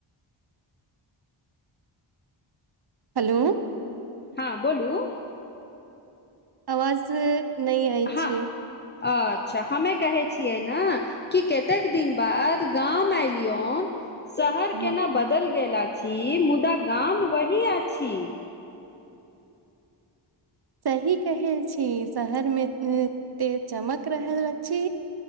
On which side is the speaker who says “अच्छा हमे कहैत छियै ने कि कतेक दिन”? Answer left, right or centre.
Left